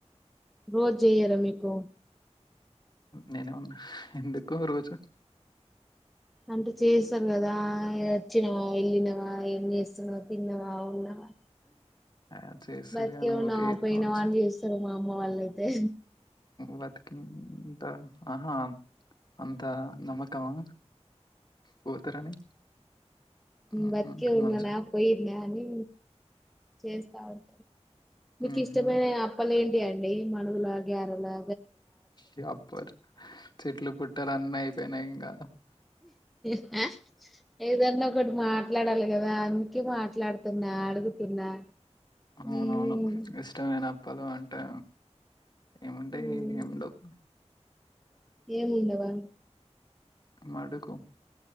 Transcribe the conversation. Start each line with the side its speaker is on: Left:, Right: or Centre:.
Centre: రోజు చెయ్యరా మీకు
Left: నేనే ఉన్నా ఎందుకు రోజు
Centre: అంటే చేస్తారు కదా వచ్చినవా వెళ్ళినవా ఏం చేస్తున్నావా తిన్నవా ఉన్నావా
Left: ఆ, చేస్తారు
Centre: బతికేమన్నా
Left: కానీ ఓకే చెప్తామని
Centre: పోయిన వాళ్ళు చేస్తారు మా అమ్మ వాళ్ళ అయితే
Left: వతకింత ఆహా అంతా నమ్మకమా పోతారని మ్మ్హ్.
Centre: బతిక ఊర్లో
Left: మంచిగా
Centre: నా పోయిర్ందే చేస్తా ఉంటారు మీకు
Left: మ్మ్హ్.
Centre: ఇష్టమైన అప్పలే ఏంటి ఇ అండి మనగులా గరలా
Left: ఇ అప్పర్ చెట్లు పుట్టలు అన్న అయిపోయినాయి ఇంకా
Centre: <inaudible> ఏదన్నా ఒకటి మాట్లాడాలి కదా అందుకే మాట్లాడుతున్నా అడుగుతున్నా
Left: అవునవును
Centre: ఉమ్,
Left: ఇష్టమైన అప్పలు అంటే ఏమంటే
Centre: ఉమ్,
Left: ఏముండవు
Centre: ఏముండవా
Left: అమ్ అడుకు